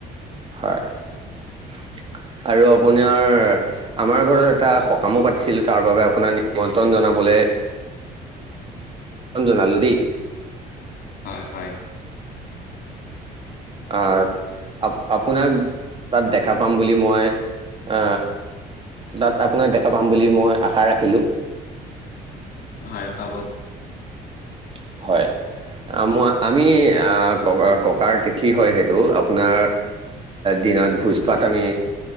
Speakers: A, on the right (about 30°); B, on the left (about 65°).
A: হয়। আৰু আপোনাৰ, আমাৰ ঘৰত এটা সকামও পাতিছিলোঁ তাৰ বাবে আপোনাৰ নিমন্ত্ৰণ জনাবলৈ ৰঞ্জন আলু দেই <unintelligible>
B: হয়।
A: আহ, আ আপোনাক <inaudible> তাত দেখা পাম বুলি মই আ তাত আপোনাক দেখা পাম বুলি মই আশা ৰাখিলোঁ।
B: হয় পাব।
A: <inaudible> হয়, মই আমি ক ককাৰ তিথি হয় সেইটো আপোনাৰ দিনত ভোজ ভাত আমি